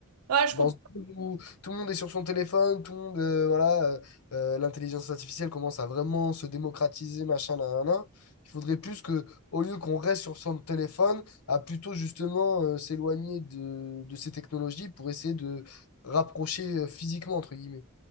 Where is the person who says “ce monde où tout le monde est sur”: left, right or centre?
Left